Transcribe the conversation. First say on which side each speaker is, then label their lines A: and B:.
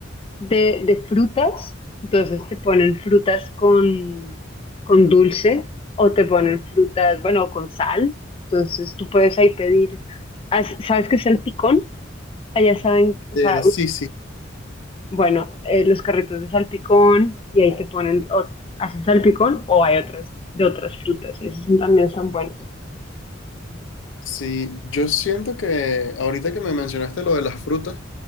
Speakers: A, on the left (about 30°); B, on the left (about 70°).
A: de, de frutas. Entonces te ponen frutas con, con dulce o te ponen frutas, bueno, con sal. Entonces tú puedes ahí pedir. ¿Has- ¿Sabes qué es salpicón? Allá saben, o
B: Eh,
A: sea,
B: sí, sí,
A: bueno, eh, los carritos de salpicón y ahí te ponen, o haces salpicón o hay otras de otras frutas y esos también son buenos.
B: sí. Yo siento que ahorita que me mencionaste lo de las frutas,